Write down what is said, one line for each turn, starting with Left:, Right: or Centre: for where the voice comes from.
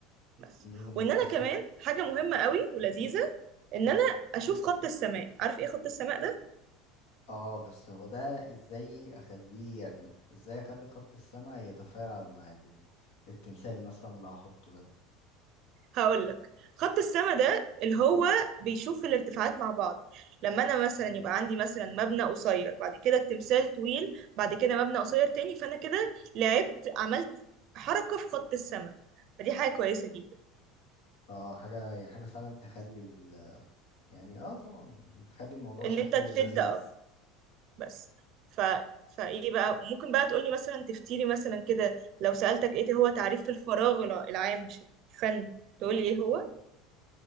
Right: بس
Left: لازم
Right: وان انا
Left: أخد
Right: كمان حاجه مهمه قوي ولذيذه ان انا اشوف خط السماء عارف ايه خط السماء ده
Left: آه بس هو ده إزاي أخليه يعني إزاي أخلي خط السماء يتفاعل مع ال- التمثال مثلا اللي هحطه ده
Right: هقول لك خط السماء ده اللي هو بيشوف الارتفاعات مع بعض لما انا مثلا يبقى عندي مثلا مبنى قصير بعد كده التمثال طويل بعد كده مبنى قصير تاني فانا كده لعبت عملت حركه في خط السماء فدي حاجه كويسه جدا
Left: آه حاجة يعني حاجة فعلا تخلي ال... يعني آه طبعا يعني تخلي الموضوع
Right: ان
Left: شكله
Right: انت تشد
Left: لذيذ
Right: اه بس ف فايه بقى ممكن بقى تقولي مثلا تفتيلي مثلا كده لو سألتك ايه هو تعريف الفراغ الع- العام مش الفن تقولي ايه هو